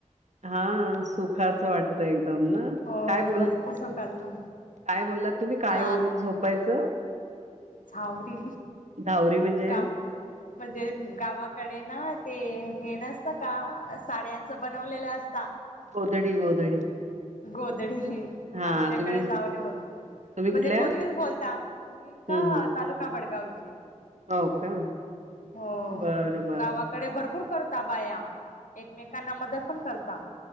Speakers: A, on the right; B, on the left.
A: हा सुखाचं वाटत एकदम ना,
B: हो
A: काय बोल
B: मस्त
A: काय
B: सुखाचं
A: बोल्लात तुम्ही, काय
B: हा
A: ओढून झोपायचं?
B: झावरी
A: धावरी म्हणजे
B: गाव म्हणजे गावाकडे ना ते हे नसतं का साड्यांचं बनवलेलं असता
A: गोधडी गोधडी
B: गोदडी
A: हा
B: आमच्याकडे
A: तुम्ही
B: झावरे बोलता
A: तुम्ही
B: म्हणजे
A: कुठल्या
B: गोदडीच बोलताव <unintelligible>
A: हम्म
B: का
A: हम्म
B: तालुका भडगावची
A: हो का
B: हो
A: बरं बरं
B: गावाकडे भर पूर करता बाया, एकमेकांना मदत पण करता